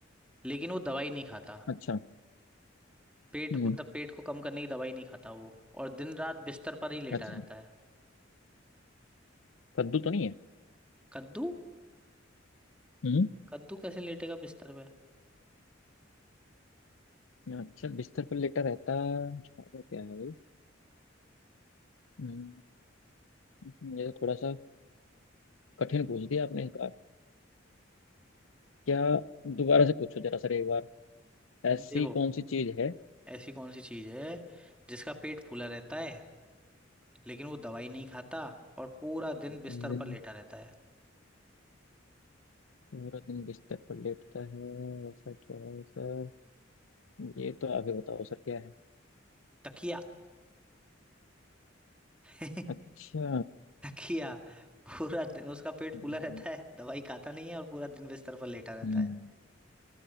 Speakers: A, in the centre; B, on the left.
A: लेकिन वो दवाई नहीं खाता
B: अच्छा
A: पेट
B: हम्म
A: मतलब पेट को कम करने की दवाई नहीं खाता वो और दिन रात बिस्तर पर ही लेटा
B: अच्छा
A: रहता है
B: कद्दू तो नहीं है
A: कद्दू
B: हम्म
A: कद्दू कैसे लेटेगा बिस्तर पे
B: अच्छा बिस्तर पर लेटा रहता ऐसा क्या है भाई? हम्म, हम्म, ये तो थोड़ा सा कठिन पूछ दिया आपने इस बार क्या दोबारा से पूछो जरा सर एक बार ऐसी
A: देखो
B: कौन सी चीज है
A: ऐसी कौन सी चीज है जिसका पेट फूला रहता है लेकिन वो दवाई नहीं खाता और पूरा दिन बिस्तर
B: हम्म,
A: पर लेटा रहता है
B: पूरा दिन बिस्तर पर लेटता है ऐसा क्या है सर ये तो आप ही बताओ सर क्या है
A: तकिया <laughs>
B: अच्छा
A: तकिया पूरा दिन उसका पेट
B: हम्म,
A: फूला रहता है दवाई खाता नहीं है और पूरा दिन बिस्तर पर लेटा रहता
B: हम्म,
A: है